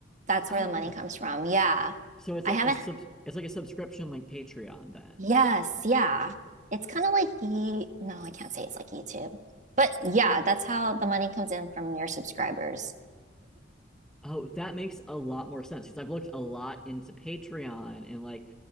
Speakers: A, on the right (about 40°); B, in the centre.
A: That's
B: Oh.
A: where the money comes from. Yeah.
B: So it's
A: I
B: like
A: haven't
B: a sub it's like a subscription like Patreon then.
A: yes, yeah. It's kind of like Ye no, I can't say it's like YouTube. But yeah, that's how the money comes in from your subscribers.
B: Oh, that makes a lot more sense because I've looked a lot into Patreon and like